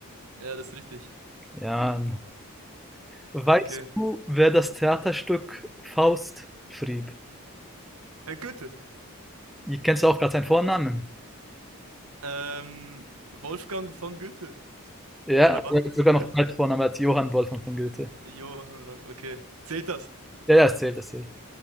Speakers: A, on the right; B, in the centre.
A: Ja, das ist richtig.
B: Ja. Weißt
A: Okay.
B: du, wer das Theaterstück Faust schrieb?
A: Äh, Goethe.
B: Ihr kennst du auch gerade seinen Vornamen?
A: Ähm, Wolfgang von Goethe.
B: Ja,
A: Oder
B: aber
A: wann?
B: er hat sogar
A: Ja?
B: noch einen Vornamen als Johann Wolfgang von Goethe.
A: Johann Wolf. Okay. Zählt das?
B: Ja, ja, es zählt, es zählt.